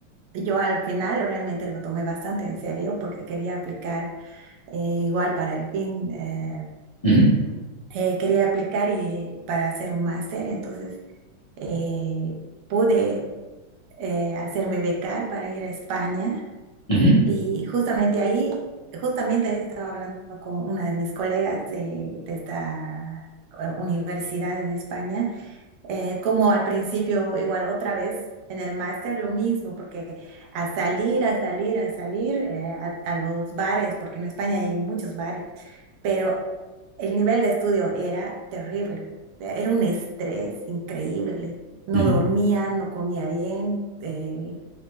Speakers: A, on the right; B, on the left.
A: yo al final realmente lo tomé bastante en serio porque quería aplicar eh, igual para el fin, eh,
B: ujú,
A: eh, quería aplicar y, para hacer un máster. Entonces, eh, pude eh, hacerme becar para ir a España
B: ujú,
A: y justamente ahí, justamente estaba hablando con una de mis colegas de, de esta eh, universidad en España. Eh, como al principio, igual otra vez, en el máster lo mismo, porque a salir, a salir, a salir eh, a, a los bares, porque en España hay muchos bares, pero el nivel de estudio era terrible, o sea, era un estrés increíble. No
B: ujú.
A: dormía, no comía bien, eh,